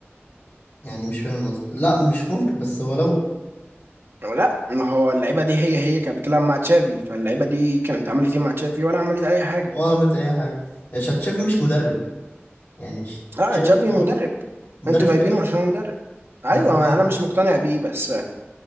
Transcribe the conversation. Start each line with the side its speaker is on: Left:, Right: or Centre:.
Left: يعني مش فاهم قصدي لا مش ممكن بس هو لو
Right: لا ما هو اللعيبه دي هي هي كانت بتلعب مع تشافي فاللعيبه دي كانت عملت ايه مع تشافي ولا عملت اي حاجه
Left: هو عملت اي حاجة يا شا- تشافي مش مدرب يعني ش-
Right: اه
Left: تشافي
Right: تشافي
Left: معروف
Right: مدرب
Left: مدرب
Right: انتوا
Left: فاشل
Right: جايبينه عشان هو مدرب ايوه
Left: من زمان
Right: انا مش مقتنع بيه بس